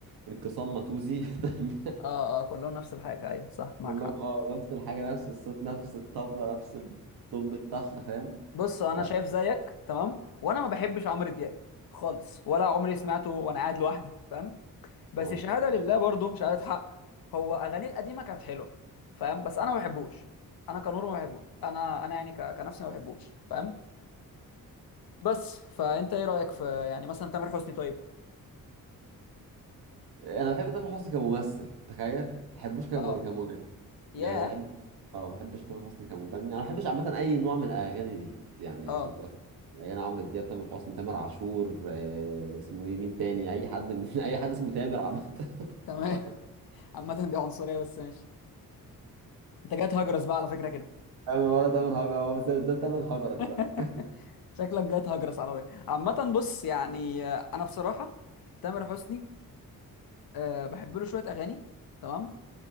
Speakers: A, on the right (about 85°); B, on the left (about 75°).
A: انقسام ماتوزي <laughs> تمام؟
B: اه اه كلهم نفس الحاجه ايوه صح معاك
A: كلهم
B: حق
A: اه نفس الحاجة نفس الصوت نفس الطبلة نفس الدب الطخ فاهم
B: بص انا
A: ف...
B: شايف زيك تمام وانا ما بحبش عمرو دياب خالص ولا عمري سمعته وانا قاعد لوحدي فاهم بس
A: اه
B: شهاده لله برضه شهاده حق هو اغانيه القديمه كانت حلوه فاهم بس انا ما بحبوش انا كنور ما بحبوش انا انا يعني ك... كنفسي ما بحبوش فاهم بس فانت ايه رايك في يعني مثلا تامر حسني طيب
A: انا بحب تامر حسني كممثل تخيل ما بحبوش كم...
B: اه
A: كمغني يعني
B: ياه
A: انا ما بحبش اه ما بحبش تامر حسني كمغني انا ما بحبش عامة اي نوع من الاغاني دي يعني
B: اه
A: عشان تبقى فاهم اغاني عمرو دياب تامر حسني تامر عاشور آه... اسمه ايه مين تاني اي حد من... <laughs> اي حد اسمه تامر عامة <laughs>
B: تمام
A: ما
B: <laughs>
A: بقى-
B: عامة دي عنصرية بس ماشي انت جاي تهجرس بقى على فكرة كده
A: تامر ولا تامر هجرة بس ده تامر هجرة بقى
B: <laughs> شكلك جاي تهجرس على فكرة عامة بص يعني آه، انا بصراحة تامر حسني أه بحب له شوية اغاني تمام